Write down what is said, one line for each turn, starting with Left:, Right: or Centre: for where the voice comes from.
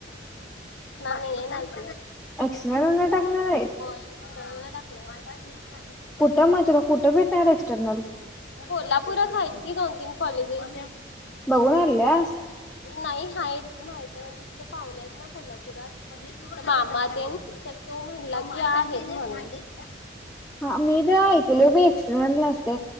Left: नाही येनयच
Centre: अऍक्स टकनार आहेस
Left: एक्स्टर्नल <unintelligible>
Centre: कुठं मग तुला कुठं भेटणार एक्सटर्नल
Left: कोल्हापुरात आहेत की दोन तीन कॉलेजेस
Centre: बघून आल्यास
Left: नाही हायत माहित म्हणजे तिथे पाहुणे आहेत ना कोल्हापुरात मामा तेन तो म्हणला की आहेत म्हणून
Centre: हा मी तर ऐकल आहे एक्सटर्नल नसते